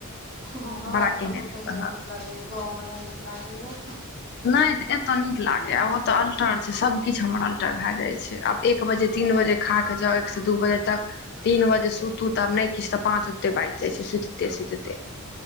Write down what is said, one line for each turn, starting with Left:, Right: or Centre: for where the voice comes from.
Right: हमरा
Left: बड़ा
Right: सभ
Left: केने
Right: केँ तऽ ओतैहिए
Left: दिन कहल
Right: नीक लगैए गाँव में र्ने नीक लागैए
Left: नै तऽ एतय नीक लागैय आब ओतय अल्टर छै सभकिछु हमर अल्टर भए जाइ छै आब एक बजे तीन बजे खाक जाउ एक से दू बजे तक तीन बजे सुतू तऽब नै किछु तऽ पाँच ओजते बाजि जाइ छै सुतिते सुतिते